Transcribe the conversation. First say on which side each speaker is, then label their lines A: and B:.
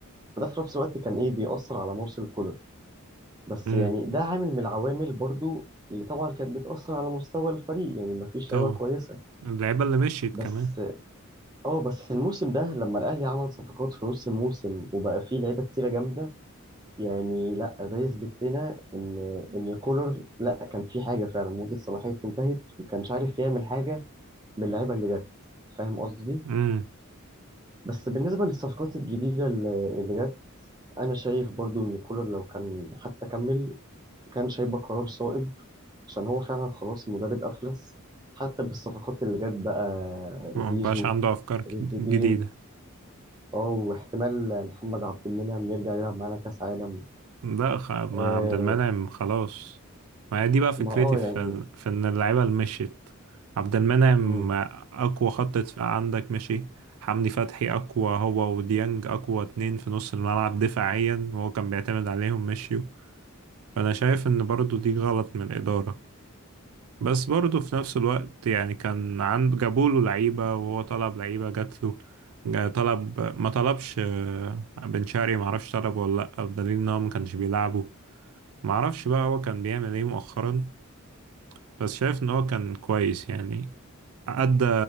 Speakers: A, on the right (about 20°); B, on the right (about 75°).
A: وده في نفس الوقت كان إيه بيأثر على مرسل كولر بس
B: امم
A: يعني ده عامل من العوامل برضو اللي طبعا كانت بتأثر على مستوى الفريق يعني ما فيش
B: طبعا
A: لعيبة كويسة
B: اللعيبة اللي مشيت
A: بس
B: كمان
A: اه بس الموسم ده لما الأهلي عمل صفقات في نص الموسم وبقى فيه لعيبة كتيرة جامدة يعني لا ده يثبت لنا إن إن كولر لا كان في حاجة فعلا مدة صلاحيته انتهت وما كانش عارف يعمل حاجة باللعيبة اللي جت فاهم قصدي؟
B: امم
A: بس بالنسبة للصفقات الجديدة اللي اللي جت أنا شايف برضو إن كولر لو كان حتى كمل كان هيبقى قرار صائب عشان هو فعلا خلاص مدرب أفلس حتى بالصفقات اللي جت بقى
B: مبقاش
A: زيزو
B: عنده أفكار ج-
A: تريزيجيه
B: جديدة
A: اه واحتمال محمد عبد المنعم يرجع يلعب معانا كأس عالم
B: لا خ... ما
A: آه
B: عبد المنعم خلاص ما هي دي بقى فكرتي
A: ما اه
B: في
A: يعني
B: في ان اللعيبه اللي مشيت عبد المنعم
A: مم.
B: اقوى خط دفاع عندك مشي حمدي فتحي اقوى هو وديانج اقوى اتنين في نص الملعب دفاعيا وهو كان بيعتمد عليهم مشيوا فانا شايف ان برضو دي غلط من الاداره بس برضو في نفس الوقت يعني كان عنده جابوله لعيبه وهو طلب لعيبه جات له جا- طلب ما طلبش آه، بن شرقي معرفش طلبه ولا لا بدليل ان هو ما كانش بيلعبه معرفش بقى هو كان بيعمل ايه مؤخرا بس شايف ان هو كان كويس يعني أدى